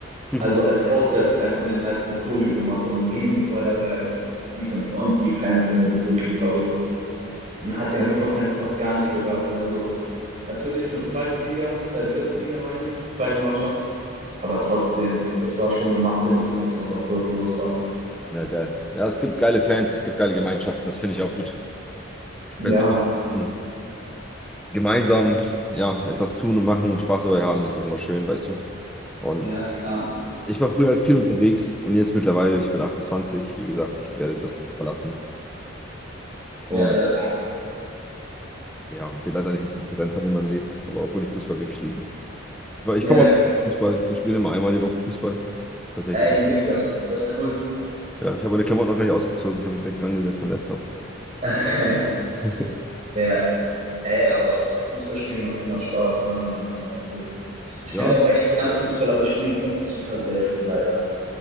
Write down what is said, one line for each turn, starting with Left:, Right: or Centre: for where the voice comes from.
Centre: <laughs>
Right: Also als Auswärtsfans haben den einfach eine Choreo gemacht und ein Riesenfeuerwerk und dies und, und die Fans sind wirklich verrückt. Man hat die Hannover-Fans fast gar nicht gehört. Ne? Also Natürlich nur zweite Liga, äh, dritte Liga meine ich, zweite Mannschaft. Aber trotzdem, das war schon eine Machtdemonstration, was dort los war.
Centre: Ja, geil. Ja, es gibt geile Fans, es gibt geile Gemeinschaften, das finde ich auch gut.
Right: Ja,
Centre: Wenn sie mhm. gemeinsam ja, etwas tun und machen und Spaß dabei haben, ist doch immer schön, weißt du? Und
Right: Ja, klar.
Centre: Ich war früher halt viel unterwegs und jetzt mittlerweile, ich bin 28, wie gesagt, ich werde das verlassen.
Right: Ja,
Centre: Und
Right: ja.
Centre: ja, will leider nicht mehr präsent sein in meinem Leben, aber obwohl ich Fußball wirklich liebe. Weil
Right: Ja,
Centre: ich komme auf
Right: ja.
Centre: Fußball, ich spiele immer einmal die Woche Fußball. Tatsächlich
Right: ey,
Centre: so.
Right: mega. Das ist cool.
Centre: Ja, ich habe meine Klamotten noch gar nicht ausgezogen, ich habe mich direkt rangesetzt an den Laptop.
Right: <laughs>
Centre: <laughs>
Right: Ja, ey, aber Fußballspielen macht immer Spaß, ne? Das ist immer cool. Ich spiele
Centre: Ja.
Right: auch echt gerne Fußball, aber ich spiele super selten leider.